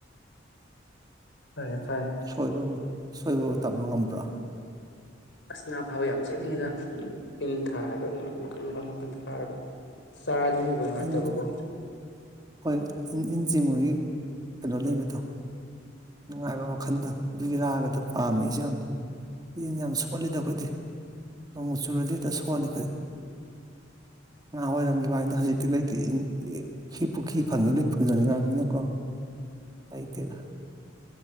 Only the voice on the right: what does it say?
<inaudible>
ꯁꯣꯏꯕꯕꯨ ꯁꯣꯏꯕꯕꯨ ꯇꯝꯕ ꯉꯝꯕ꯭ꯔꯣ
ꯏꯟꯗ
ꯍꯣꯏ ꯏꯟ ꯏꯟ ꯖꯤꯝꯍꯣꯏꯒꯤ ꯀꯩꯅꯣ ꯂꯩꯕꯗꯣ ꯅꯨꯡꯉꯥꯏꯕ ꯋꯥꯈꯜꯗꯣ ꯑꯗꯨꯒꯤ ꯔꯥꯒꯗ ꯄꯥꯝꯃꯦ ꯑꯩꯁꯨ ꯌꯥꯝ ꯏꯟ ꯌꯥꯝ ꯁꯣꯜꯂꯤꯗ ꯑꯩꯈꯣꯏꯗꯤ ꯅꯣꯡꯕꯨ ꯆꯨꯔꯗꯤ ꯍꯦꯛꯇ ꯁꯣꯜꯂꯤ ꯑꯩꯈꯣꯏꯗꯤ ꯅꯋꯥꯢꯔꯝꯒꯤ ꯂꯥꯢꯟꯗ ꯍꯥꯖꯤꯛꯇꯤ ꯂꯩꯇꯤꯌꯦ ꯏ ꯑ ꯍꯦꯛ ꯄꯨꯈꯤ ꯐꯪꯉꯦ ꯐꯨꯖꯟꯈ꯭ꯔꯑꯕꯃꯤꯅꯀꯣ ꯂꯩꯥꯇꯦꯗ